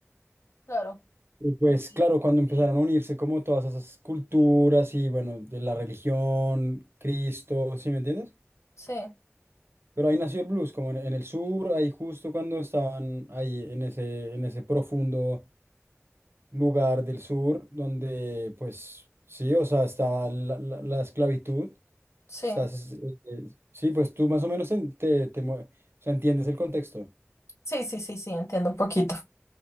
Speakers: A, on the left; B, on the right.
A: claro.
B: Y pues
A: ok,
B: claro, cuando empezaron a unirse como todas esas culturas y bueno, de la religión, Cristo, ¿sí me entiendes?
A: Sí,
B: Pero ahí nació el blues, como en, en el sur, ahí justo cuando estaban ahí en ese, en ese profundo lugar del sur, donde pues sí, o sea, está la, la- la esclavitud,
A: sí,
B: estás, eh, eh, sí, pues tú más o menos en- te, te, mue- o sea, entiendes el contexto.
A: sí, sí, sí, sí, entiendo un poquito.